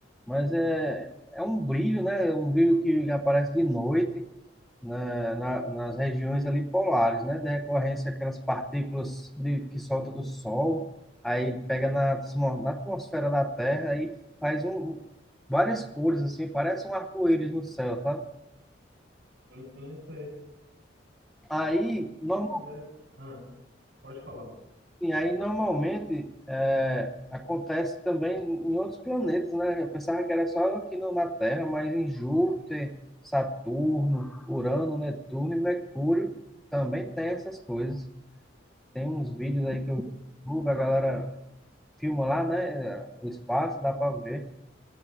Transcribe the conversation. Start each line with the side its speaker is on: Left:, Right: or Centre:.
Centre: Mas é, é um brilho, né? É um brilho que aparece de noite na, na, nas regiões ali polares, né? Da recorrência aquelas partículas de, que solta do Sol, aí pega na, atmo- na atmosfera da Terra e faz um, várias cores, assim, parece um arco-íris no céu, sabe?
Right: Sim, sim, eu sei.
Centre: Aí, no-
Right: Pois é. Ah, pode falar.
Centre: E aí, normalmente, é, acontece também em outros planetas, né? Eu pensava que era só aqui no- na Terra, mas em Júpiter, Saturno, Urano, Netuno e Mercúrio também tem essas coisas. Tem uns vídeos aí que eu vi, no YouTube, a galera filma lá, né? O espaço, dá para ver.